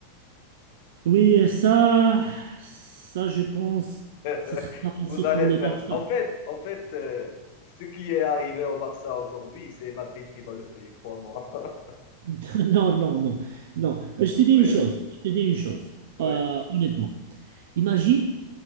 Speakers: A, on the right; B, on the left.
A: Oui, ça, ça je pense que
B: <laughs>
A: ce sera pas facile
B: Vous allez
A: pour le
B: perdre.
A: Barça.
B: En fait, en fait euh, ce qui est arrivé au Barça aujourd'hui, c'est Madrid qui va le payer, crois-moi. <laughs>
A: <laughs> Non, non, non, non. Euh, Je te dis
B: Oui,
A: une chose,
B: oui,
A: je te dis une chose,
B: oui,
A: euh, honnêtement. Imagine,